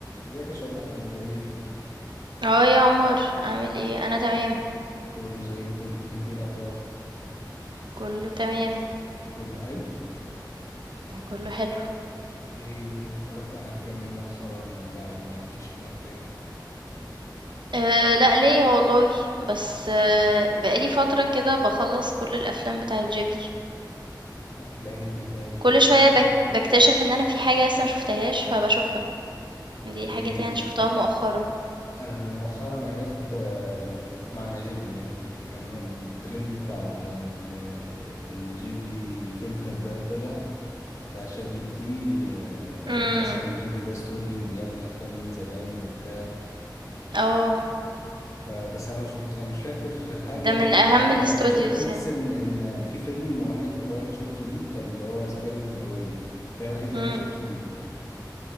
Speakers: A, on the left; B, on the right.
A: ازيك يا شيماء عاملة ايه؟
B: اه يا عمر عامل ايه انا تمام
A: كله زي الفل انت ايه الأخبار؟
B: كله تمام
A: كله حلو؟
B: كله حلو
A: ايه اتفرجت على أفلام ايه مؤخرا ولا مالكيش في الأفلام؟
B: أه لا ليا والله بس أه بقالي فترة كده بخلص كل الافلام بتاعه جيبلي
A: أفلام بتاعت جيبلي
B: كل شوية بك بكتشف ان انا في حاجة لسه مشوفتهاش فبشوفها
A: اوكي
B: دي الحاجات يعني شفتها مم. مؤخرا
A: أنا مؤخرا عرفت آه، معنى جيبلي يعني لما الترند بتاع ال- الجيبلي فلتر ده طلع بتاع شات جي بي تي آه،
B: امم
A: عرفت أصلا إن جيبلي ده استوديو بيعمل أفلام من زمان وبتاع
B: اه
A: فبس انا ما شفت أنا مش فاكر حاجه
B: ده
A: شفتها
B: من اهم
A: له
B: الاستوديوز
A: يعني شفت بس
B: يعني
A: ان ان في فيلم وحيد هو اللي شفته ليه كان اللي هو سبيريتد اواي ده الوحيد اللي
B: امم
A: انا شفته ليه